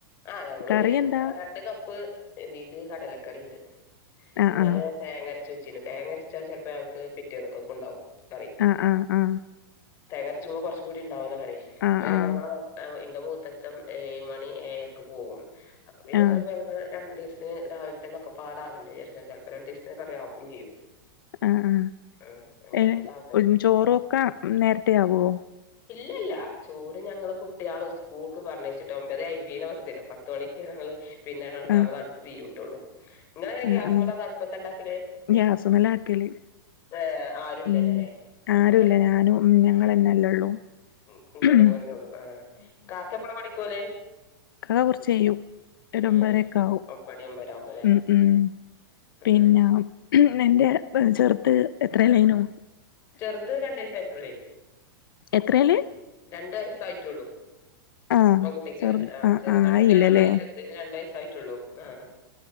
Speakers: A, on the left; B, on the left.
A: ആ ഞങ്ങള്
B: കറി എന്താ
A: രണ്ട് കപ്പ് ഇതീക്ക് കടലക്കറിണ്ട്.
B: ആഹ്
A: ഇന്നലെ തേങ്ങര് ച്ചെച്ചിനു, തേങ്ങരച്ചാൽ ചെലപ്പോ ഞങ്ങൾക്ക് പിറ്റേന്നക്ക ക്കുണ്ടാവും കറി.
B: ആഹ് ആഹ് ആഹ്
A: തേങ്ങരച്ചുമ്പോ കൊറച്ചും കൂടി ണ്ടാവല്ലോ കറി.
B: ആഹ്
A: അത്
B: ആഹ്
A: ഞങ്ങള <unintelligible> ഇന്റെ മൂത്തച്ഛൻ ഏഴ് മണി ഏഴര്ക്ക് പോകും. അപ്പോ പിന്നെ
B: ആഹ് ആഹ്
A: ചെലപ്പോ ഞങ്ങള് രണ്ടീസ് പിന്നെ രാവിലെ തന്നെ ഒക്കെ പാടാവണ്ടെ വിചാരിച്ച് ചെലപ്പൊ രണ്ടീസത്തിന് കറി ആക്കും ചെയ്യും.
B: ആഹ്,
A: ഉം അങ്ങനെയൊക്കെ
B: ഏ <unintelligible>
A: കാട്ടല്
B: ചോറൊക്കെ നേരത്തെ ആവോ?
A: ഇല്ലല്ല ചോറ് ഞങ്ങള് കുട് കുട്ടിയളെ ഉസ്കൂൾക്ക് പറഞ്ഞയച്ച്ട്ട് ഒമ്പതെ അയ്മ്പീന ബസ് അരാ. പത്തുമണിക്ക് ഞങ്ങള് പിന്നെ രണ്ടാമത്
B: ആഹ്
A: അ തീയുട്ടോള്ളു. ഇങ്ങളെങ്ങനെ
B: ആഹ്
A: ഗ്യാസ്മലാ
B: ആഹ്
A: അതാ അടുപ്പത്തണ്ടാക്കല്?
B: ഗ്യാസുമലാക്കല്
A: ഏഹ് ആരുല്ലല്ല
B: ഉം
A: ല്ലേ, അൻക്ക്ടാന്
B: ആരുല്ല ഞാനും
A: <unintelligible>
B: ഉം ഞങ്ങളെന്നെല്ലേ ഉള്ളൂ
A: <unintelligible> ല്ലള്ളൂ
B: ഉം
A: ആഹ്, കാക്ക എപ്പളാ പണിക്കോവല്?
B: ക്കാ കുറച്ച് കഴിയും. ഒരമ്പതരൊക്കെ
A: ഏഹ്
B: ആവും.
A: ഒമ്പണി ഒമ്പര ആവുമ്പോല്ലേ
B: ഉം ഉം പിന്നെ
A: ആഹ്
B: നിന്റെ ചെറുത് എത്രലേനു?
A: ചെറുത് രണ്ടയസ്സ് ആയിട്ടൊള്ളേ.
B: എത്രേല്?
A: രണ്ട് വയസ്സ് ആയിട്ടുള്ളൂ.
B: ആഹ്
A: പെൺ കുട്ടിക്ക്,
B: ചെറു
A: ആഹ് ചെർ രണ്ടുട്ടിയള്
B: ആയില്ലല്ലേ
A: ഒള്ളേ, ചെറ്തിന് രണ്ടയസ്സ് ആയിട്ടുള്ളൂ. ആഹ്